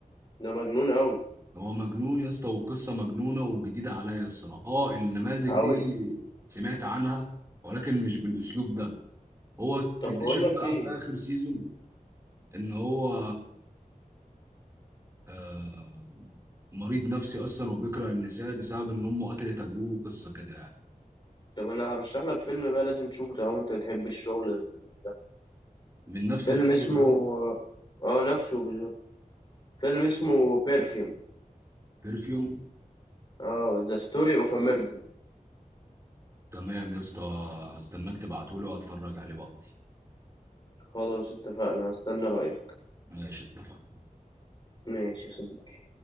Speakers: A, on the left (about 30°); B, on the right (about 20°).
A: ده مجنون قوي
B: هو مجنون يا اسطى والقصه مجنونه وجديده عليا الصراحه اه النماذج
A: قوي
B: دي سمعت عنها ولكن مش بالاسلوب ده هو
A: طب
B: تكتشف
A: بقول لك
B: بقى
A: ايه
B: في اخر سيزون ان هو آه مريض نفسي اصلا وبيكره النساء بسبب ان امه قتلت ابوه قصه كده يعني
A: طب انا هرشح لك فيلم بقى لازم تشوفه طالما انت بتحب الشغل ال- ده
B: من نفس
A: فيلم
B: الطيب
A: اسمه
B: ده
A: اه نفسه بالظبط فيلم اسمه بيرفيوم
B: بيرفيوم
A: اه ذا ستوري اوف ا ميردر
B: تمام يا اسطى هستناك تبعتولي وهتفرج عليه وقتي
A: خلاص اتفقنا هستنى رايك
B: ماشي اتفقنا
A: ماشي يا صديقي